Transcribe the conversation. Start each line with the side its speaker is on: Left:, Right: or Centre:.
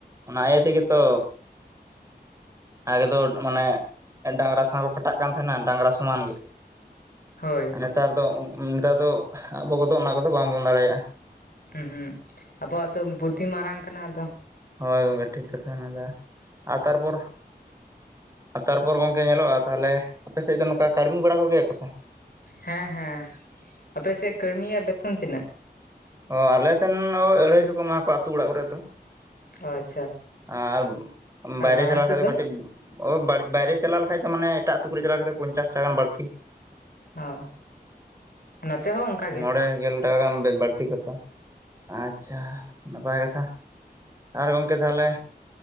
Right: ᱚᱱᱟ ᱤᱭᱟᱹ ᱛᱮᱜᱮ ᱛᱚ ᱟᱜᱮ ᱫᱚ ᱢᱟᱱᱮ ᱰᱟᱝᱨᱟ ᱥᱟᱶ ᱠᱚ ᱠᱷᱟᱴᱟᱜ ᱠᱟᱱ ᱛᱟᱦᱸᱱ ᱟ ᱰᱟᱝᱨᱟ ᱥᱚᱢᱟᱱ ᱜᱮ᱾
Left: ᱦᱳᱭ᱾
Right: ᱟᱨ ᱱᱮᱛᱟᱨ ᱫᱚ ᱱᱮᱛᱟᱨ ᱫᱚ ᱟᱵᱚ ᱠᱚᱫᱚ ᱚᱱᱟ ᱠᱚᱫᱚ ᱵᱟᱝ ᱵᱚᱱ ᱫᱟᱲᱮᱭᱟᱜᱼᱟ᱾
Left: ᱦᱩᱸ ᱟᱵᱚᱣᱟᱜ ᱫᱚ ᱵᱩᱫᱷᱤ ᱢᱟᱨᱟᱝ ᱠᱟᱱᱟ ᱟᱫᱚ,
Right: ᱦᱳᱭ ᱜᱚᱢᱠᱮ ᱴᱷᱤᱠ ᱠᱟᱛᱷᱟ ᱵᱮᱱ ᱢᱮᱱᱫᱟ ᱟᱨ ᱛᱟᱨᱯᱚᱨ ᱟᱨ ᱛᱟᱨᱯᱚᱨ ᱜᱚᱝᱠᱮ ᱧᱮᱞᱚᱜᱼᱟ ᱛᱟᱦᱞᱮ ᱟᱯᱮ ᱥᱮᱫ ᱫᱚ ᱱᱚᱝᱠᱟ ᱠᱟᱹᱲᱢᱤ ᱵᱟᱲᱟ ᱠᱚ ᱜᱮᱭᱟ ᱠᱚ ᱥᱮ?
Left: ᱦᱮᱸ ᱦᱮᱸ ᱟᱯᱮ ᱥᱮᱫ ᱠᱟᱹᱲᱢᱤᱭᱼᱟᱜ ᱵᱮᱛᱚᱱ ᱛᱤᱱᱟᱹᱜ?
Right: ᱚ ᱟᱞᱮ ᱥᱮᱱ ᱟᱹᱲᱟᱹᱭ ᱥᱚ ᱠᱚ ᱮᱢᱟ ᱠᱚᱣᱟ ᱟᱹᱛᱩ ᱚᱲᱟᱜ ᱠᱚᱨᱮᱜ ᱫᱚ᱾
Left: ᱚ ᱟᱪᱪᱷᱟ
Right: ᱟᱨ
Left: ᱟᱨ
Right: ᱵᱟᱭᱨᱮ
Left: ᱢᱟᱲᱟᱝ
Right: ᱪᱟᱞᱟᱣ
Left: ᱥᱮᱫ
Right: ᱠᱷᱟᱡ ᱫᱚ ᱠᱟᱹᱴᱤᱡ ᱚ ᱵᱟ ᱵᱟᱭᱨᱮ ᱪᱟᱞᱟᱣ ᱞᱮᱠᱷᱟᱡ ᱫᱚ ᱢᱟᱱᱮ ᱮᱴᱟᱜ ᱟᱹᱛᱩ ᱠᱚᱨᱮᱜ ᱪᱟᱞᱟᱣ ᱠᱟᱛᱮ ᱯᱚᱧᱪᱟᱥ ᱴᱟᱠᱟ ᱜᱟᱱ ᱵᱟᱹᱲᱛᱤ
Left: ᱦᱮᱸ᱾ ᱱᱚᱛᱮ ᱦᱚᱸ ᱚᱱᱠᱟ ᱜᱮ
Right: ᱢᱚᱬᱮ ᱜᱮᱞ ᱴᱟᱠᱟ ᱜᱟᱱ ᱵᱟᱹᱲᱛᱤ ᱠᱟᱛᱮ ᱟᱪᱪᱷᱟ᱾ ᱱᱟᱯᱟᱭ ᱠᱟᱛᱷᱟ ᱟᱨ ᱜᱚᱢᱠᱮ ᱛᱟᱦᱚᱞᱮ